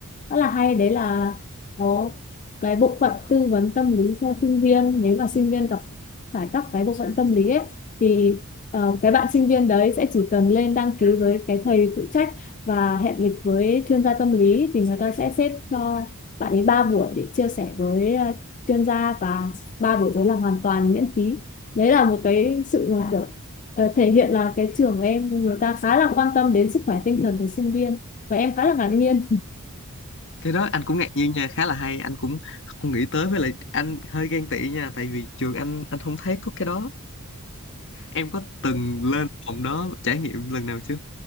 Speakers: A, on the left; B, on the left.
A: rất là hay đấy là có cái bộ phận tư vấn tâm lý cho sinh viên nếu mà sinh viên gặp phải các cái bộ phận tâm lý ấy thì ờ, cái bạn sinh viên đấy sẽ chỉ cần lên đăng ký với cái thầy phụ trách và hẹn lịch với chuyên gia tâm lý thì người ta sẽ xếp cho bạn ấy 3 buổi để chia sẻ với ờ, chuyên gia và ba buổi đó là hoàn toàn miễn phí đấy là một cái sự là kiểu, ờ, thể hiện là cái trường của em người ta khá là quan tâm đến sức khỏe tinh thần của sinh viên và em khá là ngạc nhiên
B: cái đó anh cũng ngạc nhiên nha khá là hay anh cũng không nghĩ tới với lại anh hơi ghen tị nha tại vì trường anh anh không thấy có cái đó em có từng lên phòng đó trải nghiệm lần nào chưa